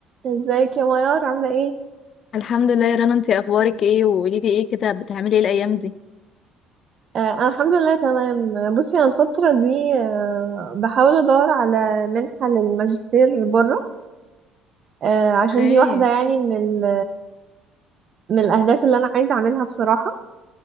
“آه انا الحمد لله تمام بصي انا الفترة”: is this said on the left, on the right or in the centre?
Right